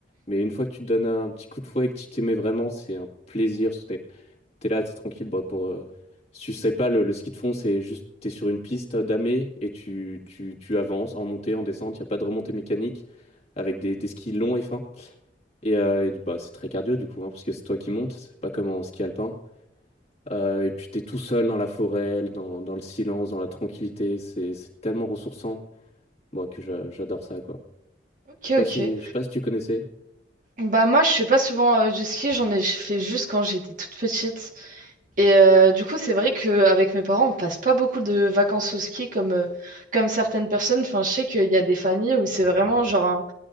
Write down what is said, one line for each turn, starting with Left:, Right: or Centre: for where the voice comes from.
Left: Mais une fois que tu te donnes un petit coup de fouet et que tu t'y vraiment, c'est un plaisir t'es là, t'es tranquille. Bon, pour, euh, si tu sais pas, le, le ski de fond, c'est juste, t'es sur une piste damée et tu, tu, tu avances en montée, en descente. Il n'y a pas de remontée mécanique avec des, des skis longs et fins. Et, euh, et, bah, c'est très cardio du coup, hein, parce que c'est toi qui montes, c'est pas comme en ski alpin. Euh, et puis t'es tout seul dans la forêt, dans, dans le silence, dans la tranquillité. C'est c'est tellement ressourçant, moi, que j'a- j'adore ça, quoi.
Right: Ok,
Left: Je sais pas
Right: ok.
Left: si, je sais pas si tu connaissais
Right: Bah moi, je fais pas souvent euh, du ski, j'en ai fait juste quand j'étais toute petite. Et euh, du coup, c'est vrai qu'avec mes parents, on passe pas beaucoup de vacances au ski comme, euh, comme certaines personnes. Enfin, je sais qu'il y a des familles où c'est vraiment genre, un-